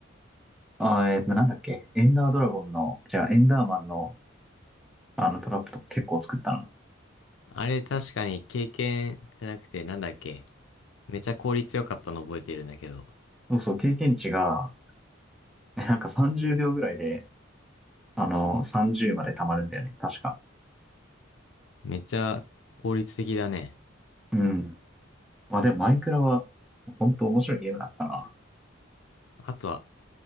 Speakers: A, in the centre; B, on the left (about 70°).
A: あーえーと、なんだっけエンダードラゴンの、じゃあエンダーマンのあのトラップとか結構作ったな。
B: あれ確かに経験じゃなくてなんだっけ。めっちゃ効率良かったの覚えてるんだけど。
A: そうそう、経験値が、えなんか30秒ぐらいで、あの、30まで溜まるんだよね、確か。
B: めっちゃ効率的だね。
A: うん。まあでもマイクラは、ほんと面白いゲームだったな。
B: あとは、